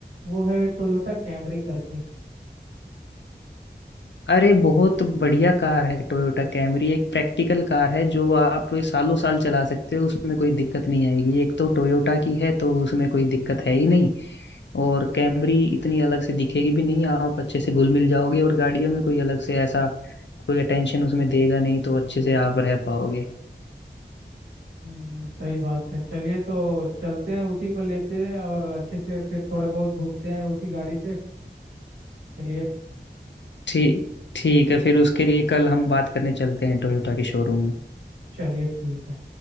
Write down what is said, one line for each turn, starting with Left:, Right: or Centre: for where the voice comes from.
Right: वो है टोयोटा कैमरी करके
Left: अरे बहुत बढ़िया कार है टोयोटा कैमरी एक प्रैक्टिकल कार है जो आप सालों साल चला सकते हो उसमें कोई दिक्कत नहीं आएगी एक तो टोयोटा की है तो उसमें कोई दिक्कत है ही नहीं और कैमरी इतनी अलग से दिखेगी भी नहीं आप अच्छे से घुल मिल जाओगे और गाड़ियों में कोई अलग से ऐसा कोई अटेंशन उसमें देगा नहीं तो अच्छे से आप रह पाओगे
Right: हम्म सही बात है चलिए तो चलते हैं उसी को लेते हैं और अच्छे से फिर थोड़े बहुत घूमते हैं उसी गाड़ी से चलिए
Left: ठीक ठीक है फिर उसके लिए कल हम बात करने चलते हैं टोयोटा के शोरूम में
Right: चलिए ठीक है